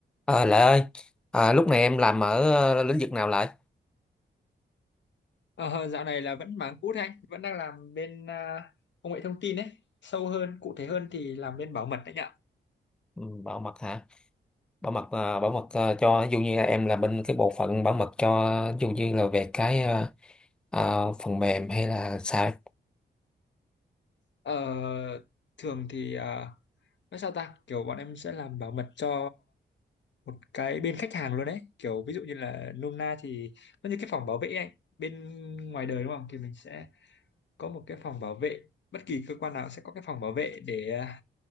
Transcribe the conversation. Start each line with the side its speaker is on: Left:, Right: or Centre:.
Centre: À, Lệ ơi, à, lúc này em làm ở ờ, lĩnh vực nào Lệ?
Left: Ờ, dạo này là vẫn mảng cũ thế anh, vẫn đang làm bên à, công nghệ thông tin đấy, sâu hơn, cụ thể hơn thì làm bên bảo mật đấy nhỉ.
Centre: Ừ, Bảo mật hả? Bảo mật ờ, bảo mật ờ, cho ví dụ như là em là bên cái bộ phận bảo mật cho ví dụ như là về cái ờ, ờ, phần mềm hay là sao?
Left: Ờ, thường thì à, nói sao ta, kiểu bọn em sẽ làm bảo mật cho một cái bên khách hàng luôn đấy, kiểu ví dụ như là nôm na thì nó như cái phòng bảo vệ ấy, anh. bên ngoài đời đúng không, thì mình sẽ có một cái phòng bảo vệ, bất kỳ cơ quan nào sẽ có cái phòng bảo vệ để à,